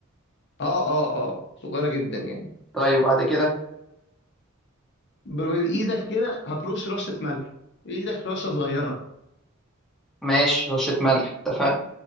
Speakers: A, on the left; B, in the centre.
A: اه اه اه صغيره جدا يعني
B: طيب وبعد كده
A: ب- بايدك كده هترش رشه ملح بايدك رشه صغيره
B: ماشي رشه ملح اتفقنا